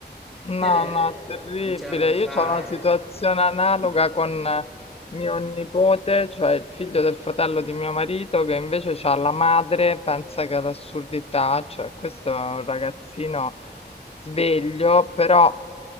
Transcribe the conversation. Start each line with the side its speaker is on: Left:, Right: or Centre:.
Left: no,
Centre: cioè,
Left: no, terribile.
Centre: non ce la puoi fare.
Left: Io c'ho una situazione analoga
Centre: <laughs>
Left: con eh, mio nipote, cioè il figlio del fratello di mio marito, che invece c'ha la madre, pensa che è l'assurdità, cioè questo è un ragazzino sveglio, però